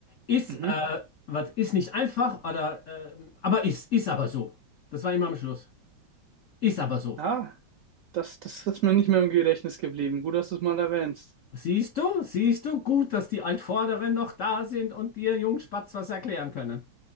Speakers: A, on the left (about 85°); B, on the right (about 75°).
A: Ist,
B: Mhm.
A: äh, was ist nicht einfach, oder, ähm, aber ist, ist aber so. Das war immer am Schluss. Ist aber so.
B: Ja, das, das ist mir nicht mehr im Gedächtnis geblieben. Gut, dass du es mal erwähnst.
A: Siehst du, siehst du, gut, dass die Altvorderen noch da sind und dir Jungspatz was erklären können.